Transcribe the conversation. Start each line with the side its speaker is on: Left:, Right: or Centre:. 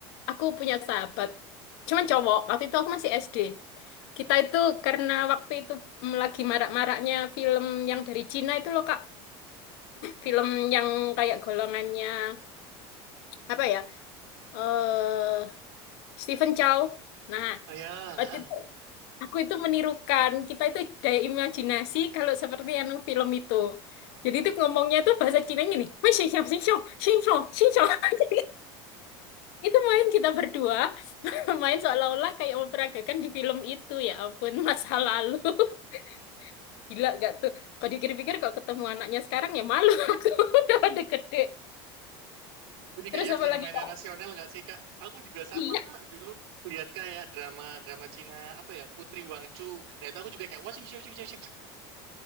Left: aku punya sahabat. Cuman cowok, waktu itu aku masih SD. Kita itu karena waktu itu mm, lagi marak-maraknya film yang dari Cina itu loh, Kak. film yang kayak golongannya apa ya? eh Stephen Chow. Nah,
Right: Oh ya,
Left: waktu itu
Right: ah.
Left: aku itu menirukan kita itu daya imajinasi kalau seperti anu film itu. Jadi itu ngomongnya itu bahasa Cina gini, "Wei, xing xiao, xing xiao, xing xiao, xing xiao." <laughs> Jadi itu main kita berdua, <laughs> main seolah-olah kayak memperagakan di film itu. Ya ampun, masa lalu. <laughs> Gila gak tuh? Kalau dipikir-pikir kok ketemu anaknya sekarang ya malu <laughs> aku <laughs> udah pada gede.
Right: Ini
Left: Terus
Right: kayaknya
Left: apa
Right: fenomena
Left: lagi kak?
Right: nasional nggak sih Kak? Aku juga sama
Left: Iya.
Right: Kak dulu lihat kayak drama drama Cina apa ya Putri Wangchu. Nah itu aku juga kayak wah sing sing sing sing. sing.